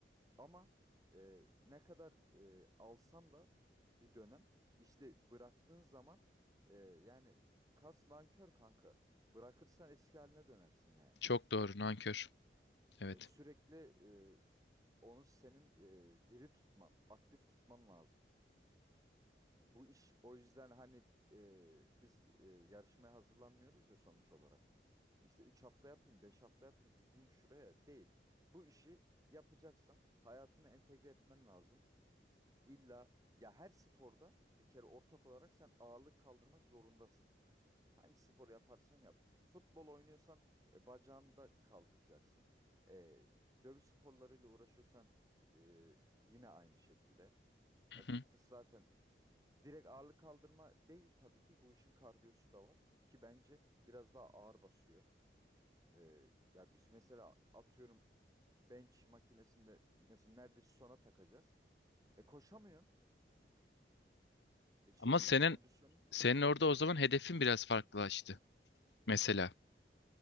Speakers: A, on the right; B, on the left.
A: Ama e, ne kadar e, alsan da bir dönem işte bıraktığın zaman e, yani kas nankör kanka. Bırakırsan eski haline dönersin yani.
B: Çok doğru nankör. Evet.
A: E, sürekli e, onu senin e, diri tutman, aktif tutman lazım. Bu iş o yüzden hani e, biz e, yarışmaya hazırlanmıyoruz ya sonuç olarak. İşte 3 hafta yapayım, 5 hafta yapayım, gideyim şuraya değil. Bu işi yapacaksan hayatına entegre etmen lazım. İlla ya her sporda bir kere ortak olarak sen ağırlık kaldırmak zorundasın. Hangi sporu yaparsan yap. Futbol oynuyorsan e, bacağını da kaldıracaksın. E, dövüş sporlarıyla uğraşıyorsan e, yine aynı şekilde. E, fitness
B: Hı hı.
A: zaten direkt ağırlık kaldırma değil tabii ki. Bu işin kardiyosu da var ki bence biraz daha ağır basıyor. E, ya biz mesela atıyorum bench makinesinde mesela neredeyse sona takacağız. E koşamıyorsun. E, şeyin
B: Ama senin
A: yok, kondisyonun yok.
B: senin orada o zaman hedefin biraz farklılaştı mesela.